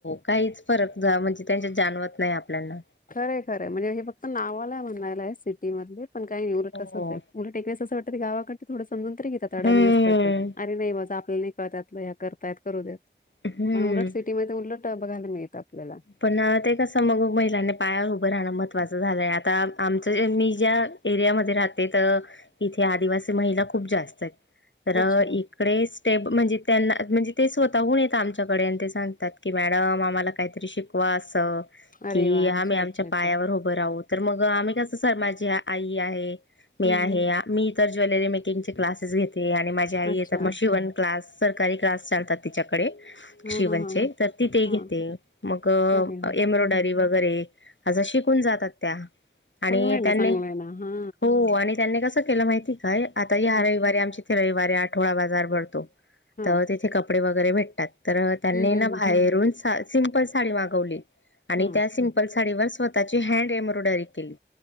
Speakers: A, on the left; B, on the left.
A: काहीच फरक म्हणजे त्यांच्यात जाणवत नाही आपल्याना.
B: खरंय खरंय म्हणजे हे फक्त नावाला म्हणायला आहे सिटी मधले पण काही एवढं
A: हो.
B: तसंच आहे. उलट ते कसं वाटतं गावाकड थोडं समजून तरी घेतात जरा अडाणी
A: हम्म
B: असलात तर अरे नाही माझ आपल्याला नाही कळत. करतायत करू देत
A: हम्म.
B: पण उलट सिटीमध्ये उलट बघायला मिळत आपल्याला.
A: पण ते कसं मग महिलांनी पायावर उभं राहणं महत्त्वाचं झालंय आता आमचं ज्यांनी ज्या एरियामध्ये राहते तर इथे आदिवासी महिला खूप जास्त आहेत तर
B: अच्छा
A: एक प्रे स्टेप म्हणजे त्यांना म्हणजे ते स्वतःहून येत आमच्याकडे आणि ते सांगतात की मॅडम आम्हाला काहीतरी शिक वा होय अस
B: अरे
A: की
B: वा
A: आम्ही
B: अच्छा
A: आमच्या
B: अच्छा अच्छा
A: पायावर उभ ऊभ राहून तर मग आम्ही कसय माझी आई आहे मी
B: हम्म
A: आहे.
B: हम्म
A: मी इ तर ज्वेलरी मेकिंगचे क्लासेस घेते. आणि माझी आई
B: अच्छा.
A: य तर मग शिवन क्लास. सरकारी क्लास चालतात तिच्याकडे
B: हा
A: शिवणचे
B: हा हा
A: तर ती ते
B: हा
A: घेते. हो
B: अरे वा
A: एम्ब्रॉयडरी
B: हम्म
A: वगैरे अस शिकून जातात त्या. आणि
B: चांगलंय
A: त्यांनी
B: ना चांगलंय ना हा
A: हो आणि त्यांनी कसं केलं माहिती काय आता ह्या
B: हम्म.
A: रविवारी आमची रविवारी आठवडा बाजार भरतो,
B: हां.
A: तर तिथे कपडे वगैरे भेटतात. तर त्यांनी
B: हं, हं,
A: ना बाहेरून
B: हं.
A: सा सिमपल साडी मागवली. आणि
B: हां.
A: त्या सिप पल साडी वर स्वतःची हँड एम्ब्रॉयडरी केली.